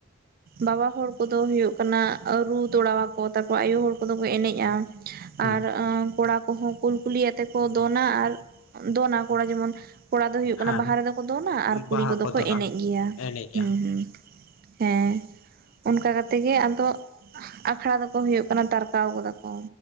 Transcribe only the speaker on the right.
ᱵᱟᱵᱟ ᱦᱚᱲ ᱠᱚᱫᱚ ᱦᱩᱭᱩᱜ ᱠᱟᱱᱟ ᱨᱩ ᱛᱚᱲᱟᱣᱟᱠᱚ ᱛᱟᱯᱚᱨ ᱟᱭᱳ ᱦᱚᱲ ᱠᱚᱫᱚ ᱠᱚ ᱮᱱᱮᱡᱼᱟ ᱾
ᱟᱨ ᱟᱹᱻ ᱠᱚᱲᱟ ᱦᱚᱸ ᱠᱩᱞ ᱠᱩᱞᱤ ᱟᱛᱮ ᱠᱚ ᱫᱚᱱᱟ ᱟᱨ ᱫᱚᱱᱟ ᱠᱚᱲᱟ ᱡᱮᱢᱚᱱ ᱠᱚᱲᱟ ᱫᱚ ᱦᱩᱭᱩᱜ ᱠᱟᱱᱟ
ᱵᱟᱦᱟ ᱨᱮᱫᱚ ᱠᱚ ᱫᱚᱱᱟ ᱟᱨ ᱠᱩᱲᱤ
ᱠᱚᱫᱚ ᱠᱚ
ᱮᱱᱮᱡ ᱜᱮᱭᱟ
ᱦᱩᱸ ᱦᱩᱸ ᱾ ᱦᱮᱸ ᱚᱱᱠᱟ ᱠᱟᱛᱮ ᱜᱮ ᱟᱫᱚᱜ ᱟᱠᱷᱲᱟ ᱫᱚᱠᱚ ᱦᱩᱭᱩᱜ ᱠᱟᱱᱟ ᱛᱟᱨᱠᱟᱣ ᱜᱚᱫᱟ ᱠᱚ